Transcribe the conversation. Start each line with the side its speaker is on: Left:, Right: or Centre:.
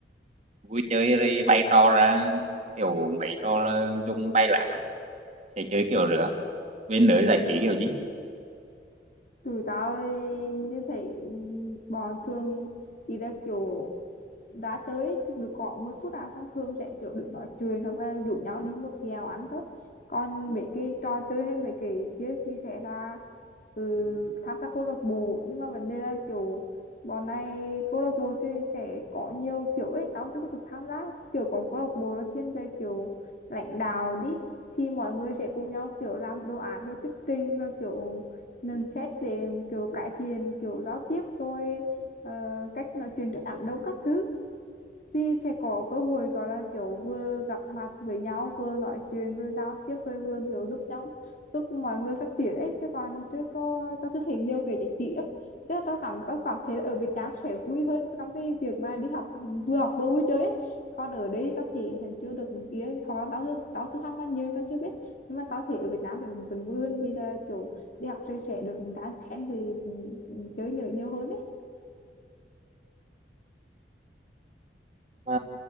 Right: vui chơi rồi bày trò ra kiểu mấy trò là dùng bay lã sẽ chơi kiểu rửa bên lưới giải trí kiểu
Left: tụi tao như thế bọn thường đi ra kiểu đã tới được có 10 phút à xong thường sẽ kiểu đừng nói chuyện hoặc là rủ nhau đi mua kẹo ăn thôi còn mấy cái trò chơi hay mấy cái kia thì sẽ là ừ, tham gia câu lạc bộ nhưng mà vấn đề là kiểu bọn này câu lạc bộ sẽ, sẽ có nhiều kiểu ấy tao chưa có được tham gia kiểu có câu lạc bộ là thiên về kiểu lãnh đạo đi thì mọi người sẽ cùng nhau kiểu làm đồ án rồi thuyết trình rồi kiểu nên xét để kiểu cải thiện kiểu giao tiếp rồi ờ, cách nói chuyện trước đám đông các thứ thì sẽ có cơ hội gọi là kiểu vừa gặp mặt với nhau vừa nói chuyện vừa giao tiếp vừa vừa kiểu giúp nhau giúp mọi người phát triển ấy chứ còn chưa có tao chưa thấy nhiều cái giải trí á tức là tao cảm tao cảm thấy là ở Việt Nam sẽ vui hơn trong cái việc mà đi học vừa học vừa vui chơi ấy còn ở đây tao thì hình chưa được ý ấy. hoặc là tao chưa tao chưa tham gia nhiều nên tao chưa biết nhưng mà tao thấy ở Việt Nam vẫn vẫn vui hơn vì là kiểu đi học thì sẽ được đan xen vì ừ, ừ, chơi nhiều nhiều hơn ấy
Right: gì